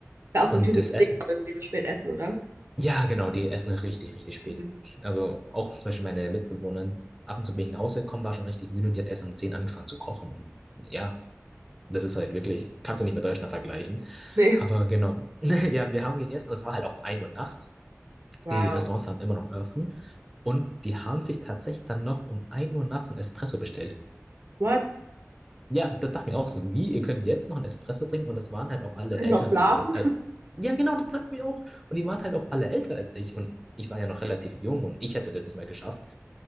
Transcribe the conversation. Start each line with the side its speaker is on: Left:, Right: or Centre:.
Right: ja auch so
Centre: Und
Right: ein typisches
Centre: das Essen,
Right: Ding, so irgendwie so spät essen, oder?
Centre: Ja, genau, die essen richtig, richtig spät.
Right: Mhm.
Centre: Also auch zum Beispiel meine Mitbewohner, ab und zu bin ich nach Hause gekommen, war schon richtig müde und die hat erst um 10 angefangen zu kochen. Und ja, das ist halt wirklich, kannst du nicht mit Deutschland vergleichen.
Right: Nee.
Centre: Aber genau, <laughs> ja, wir haben gegessen, es war halt auch ein Uhr nachts.
Right: Wow.
Centre: Die Restaurants haben immer noch offen und die haben sich tatsächlich dann noch um ein Uhr nachts einen Espresso bestellt.
Right: What?
Centre: Ja, das dachte ich mir auch so. Wie, ihr könnt jetzt noch einen Espresso trinken? Und das waren halt auch alle
Right: Können
Centre: ältere
Right: noch schlafen?
Centre: Leute. Äh, ja, genau, das dachte ich mir auch. Und die waren halt auch alle älter als ich. Und ich war ja noch relativ jung und ich hätte das nicht mehr geschafft.